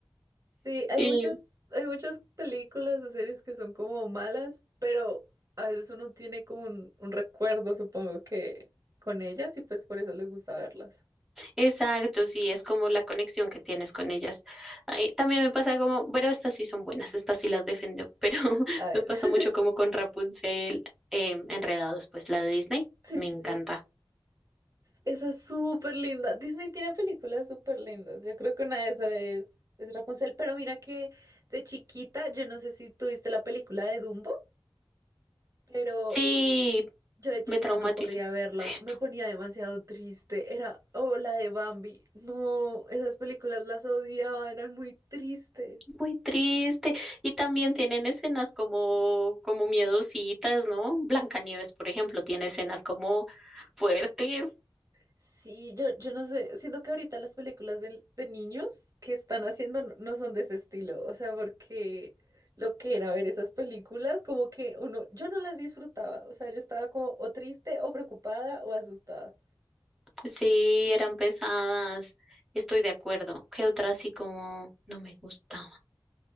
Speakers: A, on the right (about 40°); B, in the centre.
A: Sí, hay
B: y-
A: muchas, hay muchas películas o series que son como malas, pero a veces uno tiene como un, un recuerdo, supongo que con ellas y pues por eso les gusta verlas.
B: exacto, sí, es como la conexión que tienes con ellas. Ay, también me pasa como, pero estas sí son buenas, estas sí las defiendo, pero <laughs>
A: A ver.
B: me pasa mucho
A: <laughs>
B: como con Rapunzel, eh, Enredados, pues la de Disney,
A: Sí,
B: me
A: sí,
B: encanta.
A: sí. Esa es súper linda. Disney tiene películas súper lindas. Yo creo que una de esas es, es Rapunzel. Pero mira que de chiquita, yo no sé si tuviste la película de Dumbo, pero
B: Sí,
A: Yo de chiquita
B: me traumatizo.
A: no podía verla,
B: <laughs>
A: me ponía demasiado triste. Era, oh, la de Bambi. No, esas películas las odiaba, eran muy tristes.
B: Muy triste. Y también tienen escenas como, como miedositas, ¿no? Blancanieves, por ejemplo, tiene escenas como fuertes.
A: Sí, yo, yo no sé, siento que ahorita las películas de, de niños que están haciendo no, no son de ese estilo, o sea, porque lo que era ver esas películas, como que uno, yo no las disfrutaba, o sea, yo estaba como o triste o preocupada o asustada.
B: Sí, eran pesadas. Estoy de acuerdo. ¿Qué otra así como no me gustaba?